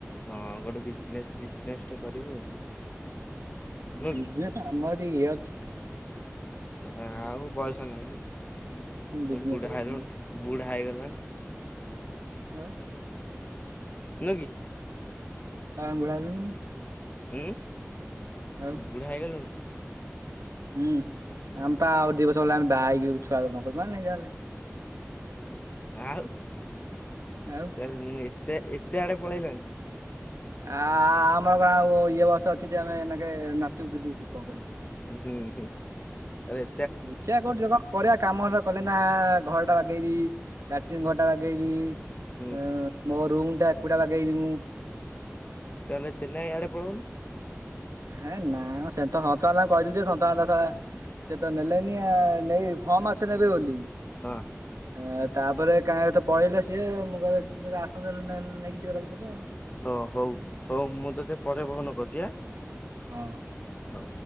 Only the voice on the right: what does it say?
ବିଜନେସ୍
ଆମରି ଇଏ ଅଛି।
ବିଜନେସ୍
କରିବୁନି
ଆଁ।
ହଁ ବଢିଆ ନୁ ନୁଇ
ଆଉ
ହୁଁ
ଆମ ପା ଆଉ ଦି ବର୍ଷ ଗଲା ଆମେ ବାହା ହେଇକି ଛୁଆ ଜନ୍ମ କରିବୁ ନା ନାଇଁ ଯାହେଲେ।
ଆଉ
ଆ ଆଁ ଆ ଆମର ଗା ଇଏ ବର୍ଷ ଅଛି ଯେ ଏମେକେ ନାଚିବୁ କିୁଦିବୁ କି କଁ କରିବୁ।
<unintelligible> କରିବା କାମା ହରାକଲେନା ଘରଟା ବାଗେଇବି ଲାଟ୍ରିନ୍ ଘରଟା ବାଗେଇବି
ଅଁ ମୋ ରୁମ୍ ଟା ଏକୁଟିଆ ବାଗେଇବିମୁଁ।
ହେଁ ନା ସେତ ସନ୍ତଦାଦାଙ୍କୁ କହିଲିଯେ ସନ୍ତଦାଦା ସଳା ସେତ ନେଲେନି ଆଉ ନେଇ ହଁ ମାରିଥିଲେ ନେବେ ବୋଲି।
ଆ ତାପରେ କାହିଁକତ ପଳେଇଲେ ସିଏ ମୁଁ କହିଲେ ସିଏ ଆସନ୍ତୁ ନହେଲେ ନେ ନେଇକି ଯିବେ ଲାଗୁଚି ମତେ।
ହଁ।